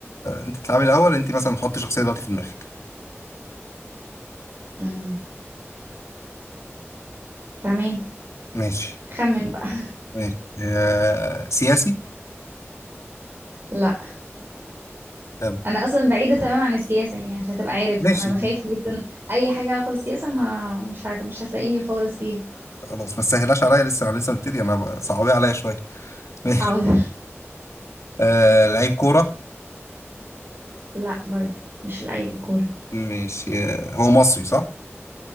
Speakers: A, on the left (about 85°); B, on the right (about 50°).
A: انت تلعبي الاول انت مثلا حطي شخصيه دلوقتي في دماغك
B: امم تمام
A: ماشي
B: خمن بقى <laughs>
A: ماشي آه، سياسي
B: لا
A: طب،
B: انا اصلا بعيده تماما عن السياسه يعني عشان تبقى عارف
A: ماشي
B: انا بخاف جدا اي حاجه علاقه بالسياسه ما مش حاجة مش هتلاقيني خالص فيها
A: خلاص ما تسهلاش عليا لسه انا لسه مبتدي انا ب- صعبيه عليا شويه <laughs>
B: حاضر
A: ماشي آه لعيب كوره
B: <laughs> لا برضو مش لعيب كوره
A: ماشي آه هو مصري صح